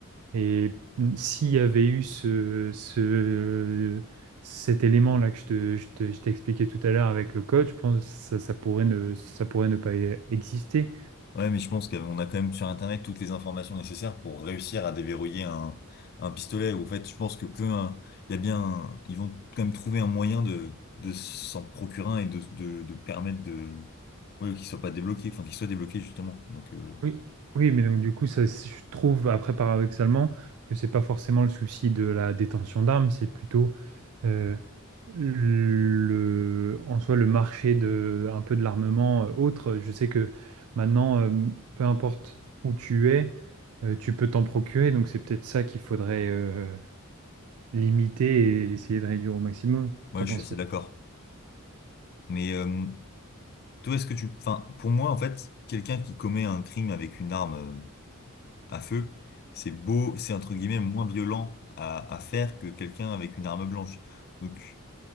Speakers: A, on the right; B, on the left.
A: Et s'il y avait eu ce... ce... cet élément-là que je te... je te- je t'expliquais tout à l'heure avec le code, je pense que ça, ça pourrait ne... ça pourrait ne pas exister.
B: Ouais, mais je pense qu'on a quand même sur Internet toutes les informations nécessaires pour réussir à déverrouiller un, un pistolet. Ou En fait, je pense que peu, un- il y a bien, un- ils vont quand même trouver un moyen de, de s'en procurer un et de, de, de permettre de, ouais, qu'il soit pas débloqué, enfin, qu'il soit débloqué justement. Donc, euh,
A: Oui, oui, mais donc du coup, ça, c'est- je trouve après paradoxalement que c'est pas forcément le souci de la détention d'armes, c'est plutôt euh, le, en soi le marché de un peu de l'armement euh, autre. Je sais que maintenant, euh, peu importe où tu es, euh, tu peux t'en procurer, donc c'est peut-être ça qu'il faudrait euh, limiter et essayer de réduire au maximum.
B: ouais,
A: T'en
B: je
A: penses
B: suis assez
A: quoi?
B: d'accord. Mais euh, toi, est-ce que tu, enfin, pour moi, en fait, quelqu'un qui commet un crime avec une arme euh, à feu, c'est beau, c'est entre guillemets moins violent à, à faire que quelqu'un avec une arme blanche. Donc